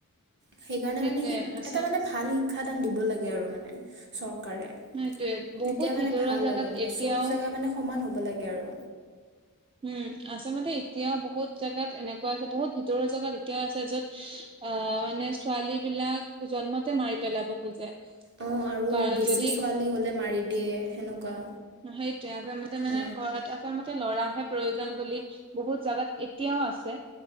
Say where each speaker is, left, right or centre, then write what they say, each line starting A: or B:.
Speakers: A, on the right (about 50°); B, on the right (about 25°).
A: সেইকাৰণে
B: সেইটোয়ে
A: মানে শ
B: আচল
A: এটা মানে ভাল শিক্ষাদান দিব লাগে আৰু মানে চৰ কৰে
B: সেইটোয়ে বহুত
A: তেতিয়া মানে
B: ভিতৰুৱা
A: ভাল
B: জাগাত
A: আৰু মানে
B: এতিয়াও
A: চব জাগা মানে সমান হ'ব। লাগে আৰু
B: উম, আচলতে এতিয়াও বহুত জাগাত এনেকুৱা আছে বহুত ভিতৰুৰ জোগাত এতিয়াও আছে য'ত অ, মানে ছোৱালী বিলাক জন্মতে মাৰি পেলাব খোজে।
A: অ, আৰু
B: কাৰ-
A: বেছি
B: যদি
A: ছোৱালী হলে মাৰি দিয়ে সেনেকুৱা
B: সেইটোয়ে আচলতে মানে
A: অ
B: ঘৰত আচলতে ল'ৰাহে প্ৰয়োজন বুলি বহুত জোগাত এতিয়াও আছে